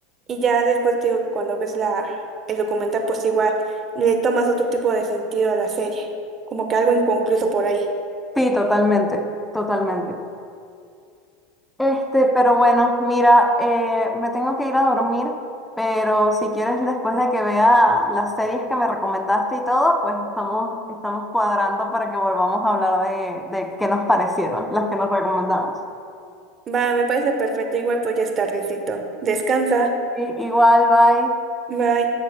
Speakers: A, on the right; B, in the centre.
A: y ya después te digo, cuando ves la, el documental, pues igual le tomas otro tipo de sentido a la serie, como que algo inconcluso por ahí.
B: Sí, totalmente, totalmente. Este, pero bueno, mira, eh, me tengo que ir a dormir, pero si quieres después de que vea las series que me recomendaste y todo, pues estamos, estamos cuadrando para que volvamos a hablar de, de qué nos parecieron, las que nos recomendamos.
A: Va, me parece perfecto, igual pues ya es tardecito. Descansa,
B: Sí, igual, bye.
A: bye.